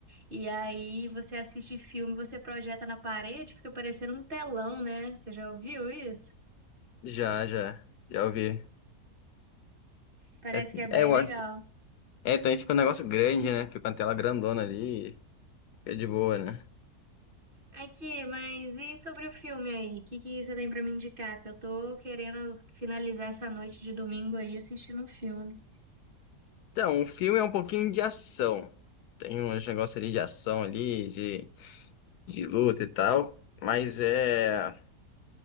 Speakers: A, on the right; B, on the left.
A: e aí você assiste filme, você projeta na parede, fica parecendo um telão, né? Você já ouviu isso?
B: Já, já, já ouvi.
A: Parece
B: É,
A: que é bem
B: é, eu
A: legal.
B: acho- é, também fica um negócio grande, né? Fica uma tela grandona ali, fica de boa, né?
A: Aqui, mas e sobre o filme aí? O que que você tem pra me indicar? Que eu tô querendo finalizar essa noite de domingo aí assistindo um filme.
B: Então, o filme é um pouquinho de ação. Tem uns negócios ali de ação ali, de, de luta e tal. Mas é